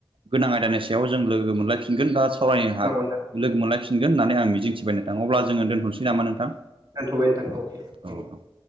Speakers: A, on the right; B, on the right.
A: गोनां आयदानि सायाव जों लोगो मोनलायफिनगोन दा सावरायनो हा
B: नंगौ नोंथां
A: लोगो मोनलायफिनगोन होननानै आं मिजिंथिबाय अब्ला जोङो दोनथ'स सै नामा नोंथां
B: दोनथ'बाय नोंथां अके थेंक इउ
A: औ औ